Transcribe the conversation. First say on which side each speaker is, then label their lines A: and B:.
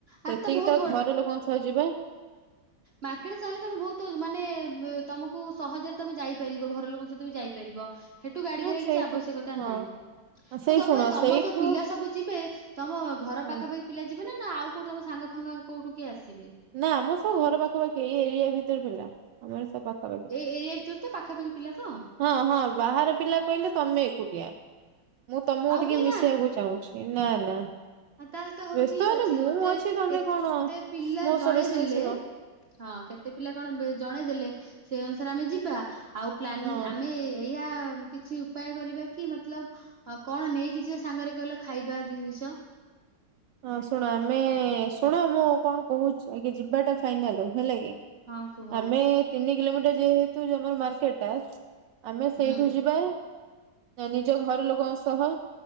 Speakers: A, on the right; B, on the right.
A: ଆରେ
B: ସେତିକି
A: ବହୁତ
B: ତ ଘର ଲୋକଙ୍କ ସହ ଯିବା।
A: ମାର୍କେଟରେ ଚାହିଲେ ତମେ ବହୁତୁ ମାନେ ବୁ ତମକୁ ସହଜରେ ତମେ ଯାଇପାରିବ ଘର ଲୋକଙ୍କ ସହିତ ବି ଯାଇପାରିବ। ସେଠୁ ଗାଡି
B: ହଁ
A: କରିବା
B: ସେଇତ
A: କିଛି ଆବଶ୍ୟକତା
B: ହଁ
A: ନାହିଁ।
B: ସେଇ
A: ତା ତାପରେ
B: ଶୁଣ
A: ତମର
B: ସେଇଠୁ
A: ଯୋଉ ପିଲା ସବୁ ଯିବେ ତମ ଘର
B: ହଁ
A: ପାଖା ପାଖି ପିଲା ଯିବେ ନା ନା ଆଉ କୋଉଠି ତମ ସାଙ୍ଗ ଫାଙ୍ଗ କୋଉଠୁ କିଏ ଆସିବେ।
B: ନା ଆମର ସବୁ ଘର ପାଖାପାଖି ଏଇ ଏରିଆ ଭିତରେ ପିଲା ଆମର ସବୁ। ପାଖାପାଖି
A: ଏଇ ଏରିଆ ଭିତରେ ତ ପାଖାପାଖି ପିଲା ତ।।
B: ହଁ ହଁ ବାହାର ପିଲା କହିଲେ ତମେ ଏକୁଟିଆ ମୁଁ ତମକୁ
A: ଆଉ
B: ଟିକେ
A: କେହି
B: ମିଶିବାକୁ ଚାହୁଁଛି? ଏ ନା ନା।
A: ହଁ ତାହେଲେ ତ ହଉ
B: ବ୍ୟସ୍ତ
A: ଠିକ
B: ହନି
A: ଅଛି
B: ମୁଁ
A: ମତେ
B: ଅଛି ତମେ
A: କେତେ
B: କଣ
A: ପିଲା
B: ମୋ
A: ଜଣେଇ
B: ସହ ବେଶୀ
A: ଦେଲେ
B: ମିଶିବ
A: ହଁ କେ ଏତେ ପିଲା କଣ ଜଣେ ଦେଲେ ସେ ଅନୁସାରେ ଆମେ ଯିବା। ଆଉ ପ୍ଲାନ
B: ହଁ।
A: ଆମେ ଏଇଆ କିଛି ଉପାୟ କରିବା କି ମତଲବ କଣ ନେଇକି ଯିବା ସାଙ୍ଗରେ କହିଲ ଖାଇବା ଜିନିଷ?
B: ହଁ ଶୁଣ ଆମେ ଶୁଣ ମୁଁ କଣ କହୁଛି ଆଗେ ଯିବାଟା ଫାଇନାଲ ହେଲା କି।
A: ହଁ କୁହ
B: ଆମେ ତିନି କିଲୋମିଟର ଯେହେତୁ ଜମାରୁ ମାର୍କେଟ ଟା ଆମେ ସେଇଠୁ
A: ହୁଁ
B: ଯିବା ନା ନିଜ ଘର ଲୋକଙ୍କ ସହ